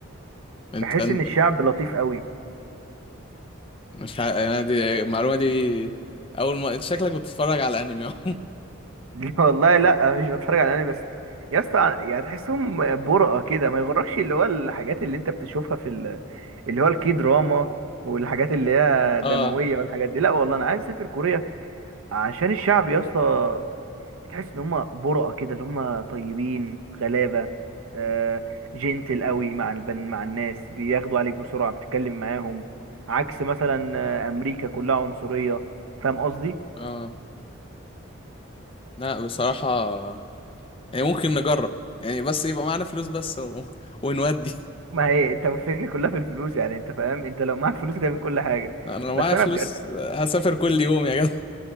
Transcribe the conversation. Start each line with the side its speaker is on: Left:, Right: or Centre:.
Left: انت
Right: بحس
Left: انت
Right: ان الشعب لطيف قوي
Left: مش ح... أنا دي المعلومة دي أول ما أنت شكلك بتتفرج على أنمي أهو.
Right: <laughs> لا والله لا مش بتفرج على انمي بس يا اسطى يعني تحسهم برقة كده ما يغركش اللي هو الحاجات اللي انت بتشوفها في ال... اللي هو الكي دراما والحاجات اللي هي
Left: <laughs> اه
Right: دموية والحاجات دي لا والله انا عايز اسافر كوريا عشان الشعب يا اسطى بتحس ان هم برقة كده اللي هم طيبين غلابة آه جنتل قوي مع البن مع الناس بياخدوا عليك بسرعة بتتكلم معاهم عكس مثلا آه، امريكا كلها عنصرية فاهم قصدي
Left: اه لا بصراحة يعني ممكن نجرب يعني بس يبقى معانا فلوس بس و... ونودي
Right: ما هي انت الفكرة كلها في الفلوس يعني انت فاهم انت لو معاك فلوس تعمل كل حاجة
Left: أنا لو معايا
Right: بس انا
Left: فلوس
Right: بجد
Left: هسافر كل يوم يا جدع